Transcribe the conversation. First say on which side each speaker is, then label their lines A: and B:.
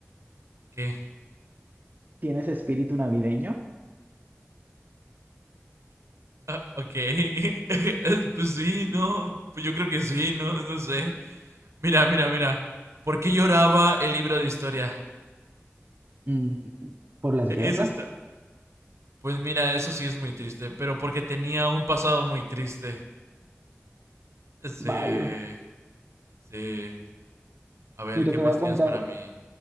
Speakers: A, on the right; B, on the right.
A: ¿Qué?
B: ¿Tienes espíritu navideño?
A: Ah, ok. <laughs> Es- Pues sí, no. Pues yo creo que sí, no, no sé. Mira, mira, mira. ¿Por qué lloraba el libro de historia?
B: Mm, ¿por las
A: E-
B: guerras?
A: Es esta. Pues mira, eso sí es muy triste, pero porque tenía un pasado muy triste. Sí.
B: Malo.
A: Sí. A ver,
B: Mira,
A: ¿qué
B: te
A: más
B: voy a
A: tienes
B: contar
A: para mí?